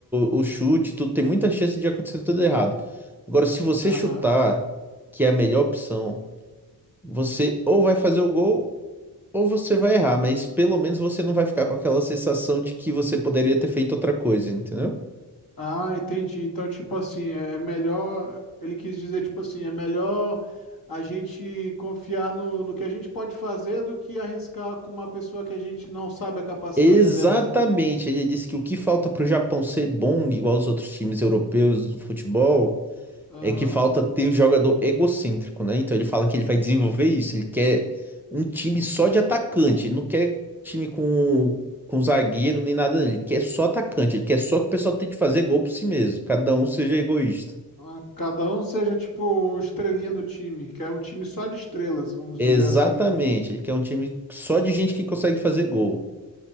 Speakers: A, in the centre; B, on the left.
A: o, o chute, tudo, tem muita chance de acontecer tudo errado. Agora, se você
B: aham.
A: chutar, que é a melhor opção, você ou vai fazer o gol ou você vai errar, mas pelo menos você não vai ficar com aquela sensação de que você poderia ter feito outra coisa, entendeu?
B: Ah, entendi. Então, tipo assim, é é melhor. Ele quis dizer, tipo assim, é melhor a gente confiar no, no que a gente pode fazer do que arriscar com uma pessoa que a gente não sabe a capacidade
A: Exatamente,
B: dela.
A: ele disse que o que falta para o Japão ser bom, igual os outros times europeus do futebol,
B: Aham.
A: é que falta ter um jogador egocêntrico, né? Então ele fala que ele vai desenvolver isso, ele quer um time só de atacante, ele não quer time com, com zagueiro nem nada, ele quer só atacante, ele quer só que o pessoal tente fazer gol por si mesmo, cada um seja egoísta.
B: Ah, Cada um seja, tipo, o estrelinha do time, que é um time só de estrelas, vamos
A: Exatamente,
B: dizer assim.
A: ele quer um time só de gente que consegue fazer gol.